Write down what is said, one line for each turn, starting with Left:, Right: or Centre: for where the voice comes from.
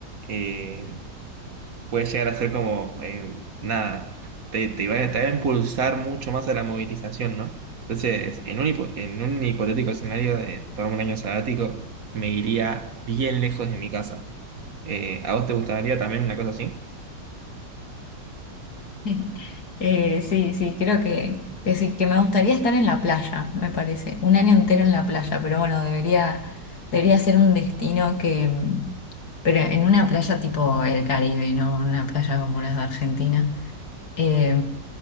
Right: eh, puede llegar a ser como, eh, nada, te, te va, te va a impulsar mucho más a la movilización, ¿no? Entonces, en un, hipo- en un hipotético escenario de tomarme un año sabático, me iría bien lejos de mi casa. Eh, ¿a vos te gustaría también una cosa así?
Left: <laughs> Eh, sí, sí, creo que, que sí, que me gustaría estar en la playa, me parece, un año entero en la playa, pero bueno, debería, debería ser un destino que, mm, pero en una playa tipo el Caribe, no una playa como las de Argentina Eh,